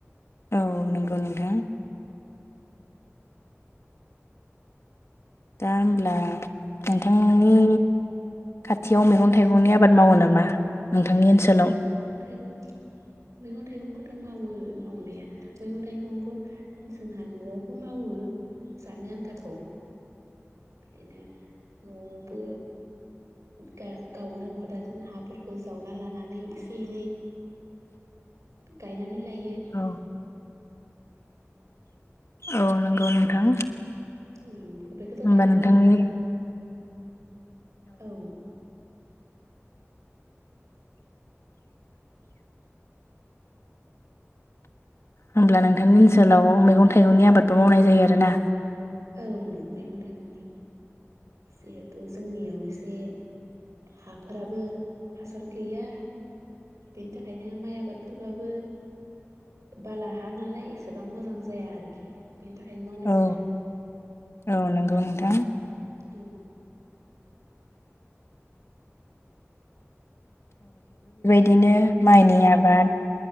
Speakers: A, on the left (about 60°); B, on the right (about 85°).
A: औ नंगौ नोंथां। दा होमब्ला नोंथांनि खाथियाव मैगं थाइगंनि आबाद मावो नामा नोंथांनि ओनसोलाव?
B: <unintelligible> मैगं-थाइगंखौथ' मावो मावनाया मैगं थाइगंखौ जोंहा न'आवबो मावो। ओ जानो आन्थाखौ। बिदिनो न‌'आवबो गा गावनो खदालजों हाफोरखौ जावना लानानै एसे एनै गायनानै लायो।
A: औ औ नंगौ नोंथां।
B: औ बेखौथ'
A: होमबा
B: गायनानै
A: नोंथांनि
B: लानां औ।
A: होमब्ला नोंथांनि ओनसोलाव मैगं-थाइगंनि आबादबो मावनाय जायो आरो ना?
B: औ मैगं थाइगंनि जिहेथु जोंनियाव एसे हाफोराबो हासार गैया। बेनि थाखायनो माइ आबादफोरबाबो बाला हा नालाय एसेबां मोजां जाया आरोखि बेनि थाखायनो मावनाय
A: औ
B: जाया।
A: औ नंगौ नोंथां।
B: औ।
A: बिदिनो माइनि आबाद